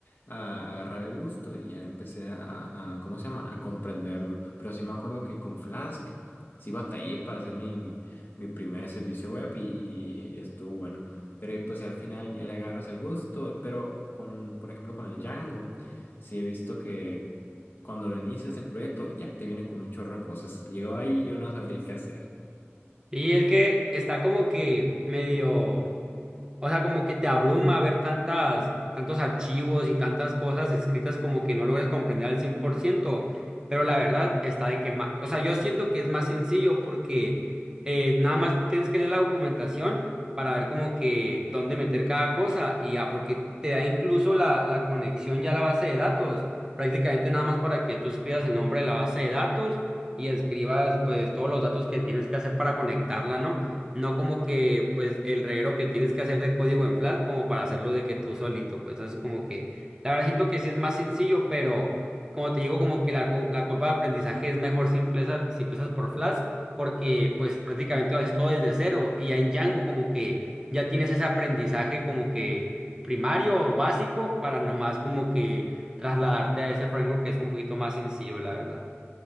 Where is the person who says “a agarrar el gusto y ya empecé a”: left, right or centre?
Left